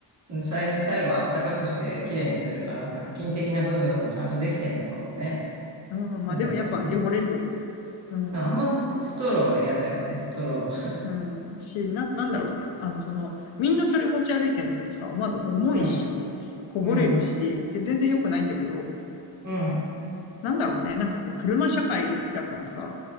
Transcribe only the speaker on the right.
うん最、最後あったかくして綺麗にするから、殺菌的な部分はちゃんとできてんのかもね。
わかんないけども
あんまスストローは嫌だよね、ストロー。
うん、
うん、
うん、